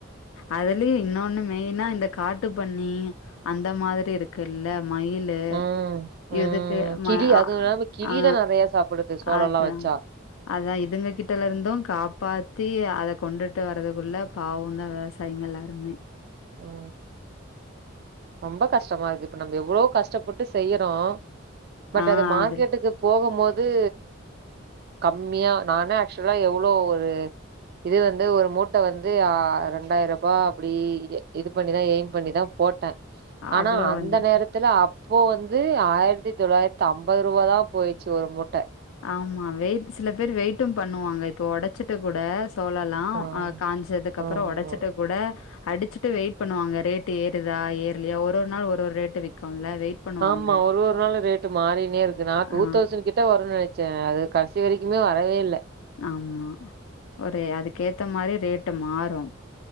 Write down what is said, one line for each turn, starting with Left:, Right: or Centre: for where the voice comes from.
Left: அதுலயு இன்னோன்னு மெயினா இந்த காட்டு பன்னி அந்த மாதிரி இருக்குல்ல மயில் லு
Right: ம் ம்
Left: எதுக்கு ம
Right: கிளி
Left: ஆ
Right: அதுவு இல்லாம கிளிதா
Left: அ ஆ
Right: நெறைய சாப்புடுது சோளோல்லா
Left: அதா
Right: வச்சா
Left: அதா இதுங்க கிட்டல இருந்து காப் பாத்தி அத கொண்டுட்டு வரதுக்குள்ள பாவோதா விவசாயிங்க எல்லாருமே
Right: ஓ ரொம்ப கஷ்டமா இருக்கு இப்ப நம்ப எவ்வளோ கஷ்டப்பட்டு செய்யறோ பட்
Left: ஆ
Right: அது மார்க்கெட்டுக்கு
Left: அதில்
Right: போகும்மோது கம்மியா நானே ஆக்சுவலா எவ்ளோ ஒரு இது வந்து ஒரு மூட்ட வந்து ஆ ரெண்டாயிரபா அப்படி இது பண்ணிதா எய்ம் பண்ணிதா போட்டே ஆனா
Left: அவ்ளோ
Right: அந்த
Left: வந்துரு
Right: நேரத் துல அப்போ வந்து ஆயிரத்தி தொள்ளாயிரத்தம்பதுருபாதா போய்ச்சு ஒரு மூட்ட
Left: ஆமா வெயிட் சில பேர் வெயிட்டும் பண்ணுவாங்க இப்ப ஒடச்சிட்டு கூட தோலல்லா
Right: ஆ
Left: அ காஞ்சதுக்கு அப்புறோ
Right: ஆமா
Left: ஒடச்சிட்டு கூட அடிச்சுட்டு வெயிட் பண்ணுவாங்க ரேட்டு ஏறுதா ஏற்லியா ஒரு ஒர் நாள் ஒரு ஒர் ரேட்டு விக்குல வெயிட் பண்ணுவாங்க.
Right: ஆமா ஒரு ஒரு நாளு ரேட்டு மாறினே இருக்கு நா டூ
Left: ஆ
Right: தௌசண்கிட்ட வ ரு நெனச்சே அது கட்சி வெரிக்குமே வரவே இல்ல
Left: ஆமா ஒரு அதுக்கேத்த மாரி ரேட்டு மாறு